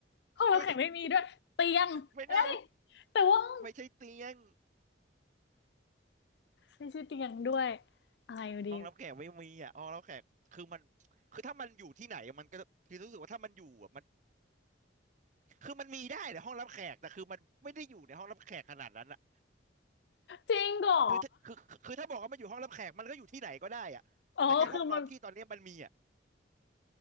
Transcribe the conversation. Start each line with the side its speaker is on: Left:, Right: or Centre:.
Left: ห้องรับแขกไม่มีด้วยเตียงเอ้ย
Right: <laughs> ไม่น่า
Left: แต่ว่าห้อง
Right: ไม่ใช่เตียง
Left: ไม่ใช่เตียงด้วยอะไรอยู่ดี
Right: ห้องรับแขกไม่มีอ่ะห้องรับแขกคือมันคือถ้ามันอยู่ที่ไหนมันก็คือรู้สึกว่าถ้ามันอยู่อ่ะ คือมันมีได้ในห้องรับแขกแต่คือมันไม่ได้อยู่ในห้องรับแขกขนาดนั้นอะ
Left: จริงเหรอ
Right: คือถ้าคือคือถ้าบอกว่ามันอยู่ห้องรับแขกมันก็อยู่ที่ไหนก็ได้อะแต่แค่ห้องนอนที่ตอนนี้มันมีอะ
Left: อ๋อคือมัน